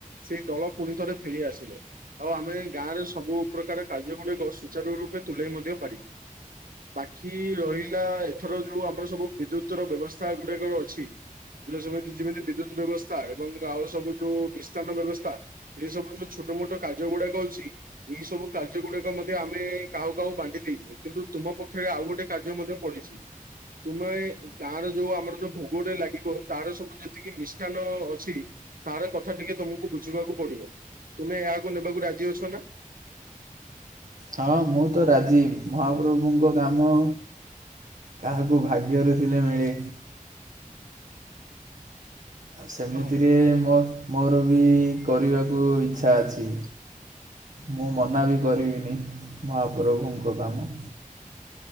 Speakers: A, on the right; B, on the right.
A: ସେଇ ଦଳ ପୁଣି ଥରେ ଫେରି ଆସିବ ଆଉ ଆମେ ଗାଁରେ ସବୁ ପ୍ରକାର କାର୍ଯ୍ୟଗୁଡ଼ିକ ସୁଚାରୁ ରୂପେ ତୁଲାଇ ମଧ୍ୟ ପାରିବ। ବାକି ରହିଲା ଏଥର ଯଉ ଆମର ସବୁ ବିଦ୍ୟୁତ୍ ର ବ୍ୟବସ୍ଥା ଗୁଡାକ ଅଛି ଯଉ ସବୁ ଯେମିତି ବିଦ୍ୟୁତ୍ ବ୍ୟବସ୍ଥା ଏବଂ ଆଉ ସବୁ ଯଉ ମିଷ୍ଟାନ୍ନ ବ୍ୟବସ୍ଥା ଏ ସବୁ ଯଉ ଛୋଟ ମୋଟ କାର୍ଯ୍ୟ ଗୁଡାକ ଅଛି ଏଇ ସବୁ କାର୍ଯ୍ୟ ଗୁଡିକ ମଧ୍ୟ ଆମେ କାହାକୁ କାହାକୁ ବାଣ୍ଟି ଦେଇଚୁ କିନ୍ତୁ ତୁମ ପକ୍ଷରେ ଆଉ ଗୋଟେ କାର୍ଯ୍ୟ ମଧ୍ୟ ପଡିଚି। ତୁମେ ଗାଁର ଯଉ ଆମର ଯଉ ଭୋଗ ଟେ ଲାଗିବ ତାର ସବୁ ଯେତିକି ମିଷ୍ଟାନ୍ନ ନ ଅଛି ତାର କଥା ଟିକେ ତୁମକୁ ବୁଝିବାକୁ ପଡିବ ତୁମେ ଏହାକୁ ନେବାକୁ ରାଜି ଅଛ ନା?
B: ହଁ ମୁଁ ତ ରାଜି ମହାପ୍ରଭୁଙ୍କ କାମ କାହାକୁ ଭାଗ୍ୟରେ ଥିଲେ ମିଳେ। ସେମିତିରେ
A: ହଁ
B: ମ-ମୋର ବି କରିବାକୁ ଇଚ୍ଛା ଅଛି। ମୁଁ ମନା ବି କରିବିନି ମହାପ୍ରଭୁଙ୍କ କାମ।